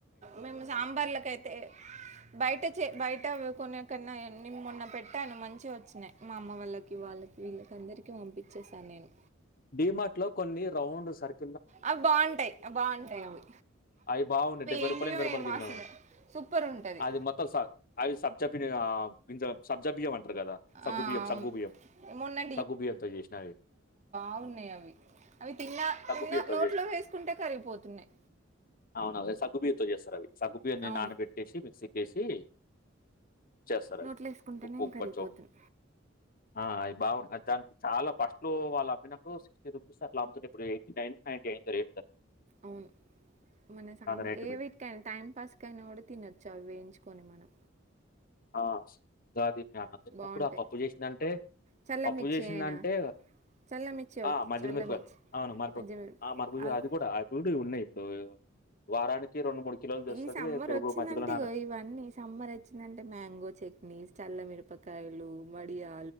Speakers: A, on the right; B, on the left.
A: మేము సాంబార్లకయితే బయట చే బయట కొనేకన్నా నేను మొన్న పెట్టాను మంచి వచ్చినాయి మా అమ్మ వాళ్ళకి వాళ్ళకి వీళ్ళకి అందరికీ పంపించేసాను నేను
B: డిమార్ట్ లో కొన్ని రౌండ్ సర్కి
A: అవి బావుంటాయి బావుంటాయి అవి
B: అవి బావుండయి డెబ్బై
A: ఏంటియో
B: రూపాయలు ఎనభై రూపాయలు
A: ఏమో
B: గదినవు
A: అసలు సూపర్ ఉంటుంది
B: అది మొత్తం అవి సబ్జెక్ట్ మియావ్ వింజ సబ్జబియాం కదర సగ్గుబియ్యం
A: ఆ, అవును
B: సగ్గుబియ్యం
A: మొన్న
B: సగ్గుబియ్యంతో చేసినవి.
A: అవున్నాయి అవి అవి తిన్నా తిన్నా
B: బియ్యంతో
A: నోట్లో వేసుకుంటే కరిగిపోతున్నాయి.
B: అవున అవే సగ్గుబియ్యతో చేస్తారు అవి సగ్గుబియన్ని
A: అవును
B: నానబెట్టేసి మిక్సీకేసి చేస్తారు అవి
A: నోట్లో వేసుకుంటేనే
B: ఉప్పుప్పుకోచ్చో
A: కరిగిపోతుంది
B: ఆ అయి బాగున్నా దానికి చాలా ఫస్ట్ లో వాళ్ళ అమ్మిన సిక్స్టీ రూపీస్ అట్లా అంది ఇప్పు eighty nine nine rate sir
A: అవును మన సా
B: రేట్లు
A: ఏ
B: పెంచి
A: వీటికైనా టైం పాస్ కైనా కూడా తినొచ్చు అవి వేయించుకొని మనం
B: ఆ గా ఇది మీ అన్నం తిన్నప్పుడు
A: బాగుంటాయి
B: ఆ పప్పు చేసింది అంటే
A: చల్లమిర్చి
B: పప్పు చేసింది
A: అయినా
B: అంటే
A: చల్లమిర్చి వచ్చు
B: ఆ మజ్జిగ
A: చల్లమిర్చి
B: మిరపకాయల్ అవును మరపు
A: మంచి
B: ఆ మరపు
A: అవ్-
B: అది కూడా అది ఉన్నాయి ఇప్పుడు వారానికి కిలోలు తెస్తది.
A: ఈ సమ్మర్
B: పెరుగు,
A: వచ్చిందంటే
B: మజ్జిగలో నాన
A: ఇగో ఇవన్నీ సమ్మర్ వచ్చిందంటే మ్యాంగో చట్నీస్ చల్లమిరపకాయలు వడియా